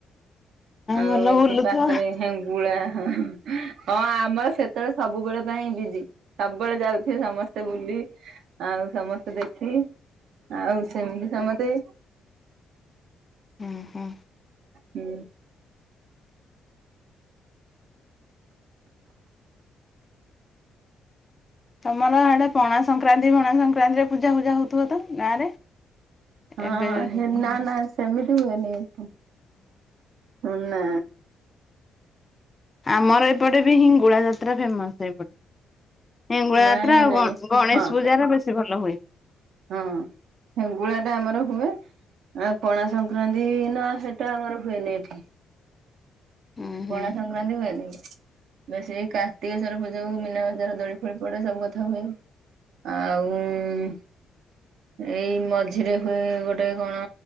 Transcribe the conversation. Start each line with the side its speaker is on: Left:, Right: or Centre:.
Right: ଆଉ
Left: ଭଲ
Right: ଏଠି
Left: ବୁଲୁଥିବ
Right: ପାଖରେ ହେଙ୍ଗ୍ ଗୁଳା ହଁ ଆମର ସେତେବେଳେ ସବୁବେଳେ ପାଇଁ ବିଜି। ସବୁବେଳେ ଯାଉଥିବେ ସମସ୍ତେ ବୁଲି ଆଉ ସମସ୍ତେ ଦେଖି। ଆଉ ସେମିତି ସମତେ
Left: ହୁଁ ହୁଁ
Right: ହୁଁ।
Left: ତମର ହାଡେ ପଣା ସଂକ୍ରାନ୍ତି ଭଣା ସଂକ୍ରାନ୍ତିରେ ପୂଜା ପୂଜା ହଉ ତୁହ ତ ଗାଁରେ
Right: ହଁ
Left: ଏବେ ଯୋଉ
Right: ହେ ନା
Left: ହଁ।
Right: ନା ସେମିତି ହୁଏନି ହୁଁ ହୁଁ ନା।
Left: ଆମର ଏପଟେ ବି ହିଙ୍ଗୁଳା ଯାତ୍ରା ଫେମ ସେଇପଟେ ଏଙ୍ଗୁଳା ଯାତ୍ରା
Right: ନାଇଁ
Left: ଆଉ
Right: ନାଇଁ
Left: ଗ ଗଣେଶ
Right: ହଁ
Left: ପୂଜାରେ ବେଶୀ ଭଲ ହୁଏ।
Right: ହଁ ହେଙ୍ଗୁଳା ଟା ଆମର ହୁଏ। ଆଁ ପଣା ସଂକ୍ରାନ୍ତି ନା ସେଟା ଆମର ହୁଏନି ଏଠି।
Left: ହୁଁ ହୁଁ
Right: ପଣା ସଂକ୍ରାନ୍ତି ହୁଏନି। ବାସ୍ ଏଇ କାର୍ତ୍ତିକେୟଶ୍ଵର ପୂଜାକୁ ମୀନା ବଜାର ଦୋଳି ଫୋଳି ପଡେ ସବୁ କଥା ହୁଏ। ଆଉ ଉଁ ଏଇ ମଝିରେ ହୁଏ ଗୋଟେ କଣ